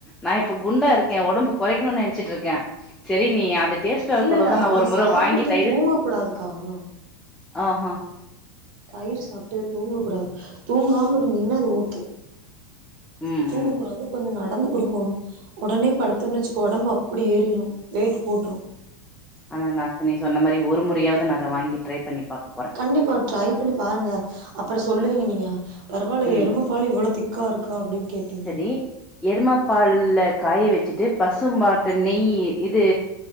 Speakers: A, in the centre; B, on the right.
A: நா இப்ப குண்டா இருக்கே ஒடம்பு கொறைக்கணுனு நென் வச்சிட்ருக்கே சரி நீ அது டேஸ்ட்டா இருக்கட்டுந்தா
B: இல்ல இல்ல
A: நா
B: ஆனா
A: ஒரு முற
B: சாப்பிட்டு
A: வாங்கி தயிரு
B: தூங்கக் கூடாதுக்கா ஆ ஆனா
A: ஆஹா
B: தயிர் சாப்ட்டு தூங்கக் கூடாது தூங்காம இருந்தீங்கன்னா அது ஓகே
A: ம்
B: தூங்கக்கூடாது
A: ம்
B: கொஞ்சம் நட ந்து குடிக்கோனு உடனே படுத்தனு வச்சுக்கோ ஒடம்பு அப்டி ஏறிரு வெயிட் போட்ரு
A: ஆனா நா சொ நீ சொன்ன மாரி ஒரு முறையாவது நா அத வாங்கி ட்ரை பண்ணி பாக்க போறே
B: கண்டிப்பா ட்ரை பண்ணி பாருங்க அப்புறோ சொல்லுவீங்க நீங்க பரவால்லயே
A: ம்
B: எரும பாலு இவ்வளவு திக் க்காருக் க்கா அப்டின்னு கேப்பீங்க
A: சரி எருமப்பால்ல காய வச்சுட்டு பசும்மாட்டு நெய்யி இது